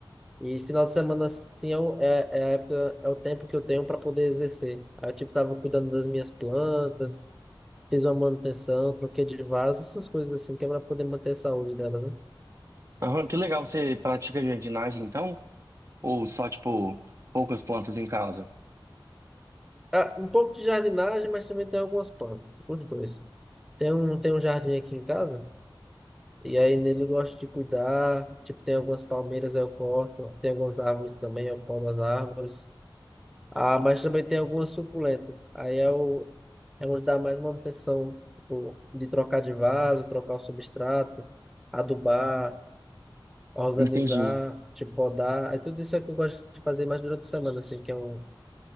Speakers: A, in the centre; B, on the right.
A: E final de semana, assim, é, o- é, é a época, é o tempo que eu tenho para poder exercer. Aí eu, tipo, tava cuidando das minhas plantas, fiz uma manutenção, troquei de vaso, essas coisas assim, que é pra poder manter a saúde delas, né?
B: Aham, que legal, você pratica jardinagem então? Ou só, tipo, poucas plantas em casa?
A: Ah, um pouco de jardinagem, mas também tem algumas plantas, os dois. Tem um, tem um jardim aqui em casa, E aí nele eu gosto de cuidar. Tipo, tem algumas palmeiras aí eu corto, tem algumas árvores também, eu podo as árvores. Ah, mas também tem algumas suculentas. Aí é o é onde dá mais manutenção, tipo, de trocar de vaso, trocar o substrato, adubar, organizar,
B: Entendi.
A: tipo, podar. Aí tudo isso é que eu gosto de fazer mais durante a semana, assim, que é um,